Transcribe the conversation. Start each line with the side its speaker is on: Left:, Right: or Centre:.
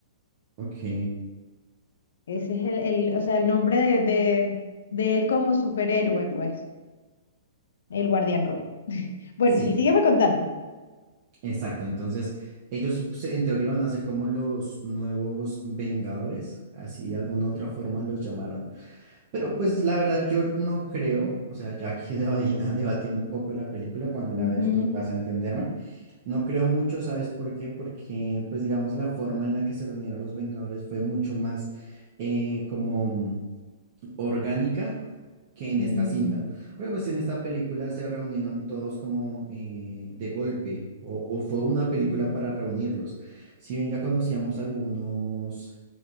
Right: Ok.
Left: Ese es el, el- o sea, el nombre de, de, de él como superhéroe, pues, el Guardián Rojo. <laughs> Bueno,
Right: Sí,
Left: sí, sígueme contando.
Right: Exacto, entonces ellos se- en teoría van a ser como los nuevos Vengadores, así de alguna otra forma los llamaron, pero pues la verdad yo no creo, o sea, ya aquí deba- <laughs> debatiendo un poco la película, cuando la
Left: Ujú.
Right: veas pues vas a entenderme, no creo mucho, ¿sabes por qué? Porque pues digamos la forma en la que se reunieron los Vengadores fue mucho más eh, como orgánica que en
Left: Mm,
Right: esta cinta. Porque pues en esta película se reunieron todos como eh, de golpe o, o fue una película
Left: mm.
Right: para reunirlos. Si bien ya conocíamos algunos,